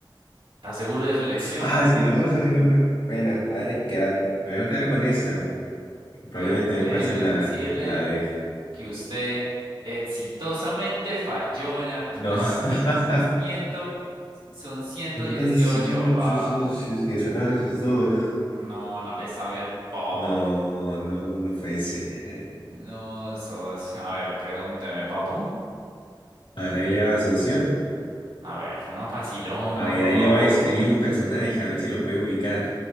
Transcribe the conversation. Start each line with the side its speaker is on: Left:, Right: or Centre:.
Right: ¿Está seguro de su elección?
Left: Ah, es que no, socio, no fue. Bueno, a ver, hay que quedar. eh. Me voy a quedar con esa. eh. Probablemente
Right: Entonces,
Left: también
Right: déjeme
Left: puede ser la,
Right: decirle
Left: la de.
Right: que usted exitosamente falló en la respuesta
Left: No. <laughs>
Right: porque son ciento, son ciento
Left: 118,
Right: dieciocho papu.
Left: socio. Es que sonaba esos dos.
Right: No, no le sabía el pop.
Left: No, no, no puede ser. eh.
Right: No, socio. A ver, pregúnteme, papu.
Left: A ver, ahí le va, socio.
Right: A ver, fue una facilonga,
Left: A ver,
Right: por
Left: ahí
Right: favor.
Left: le va a escribir un personaje, a ver si lo puede ubicar.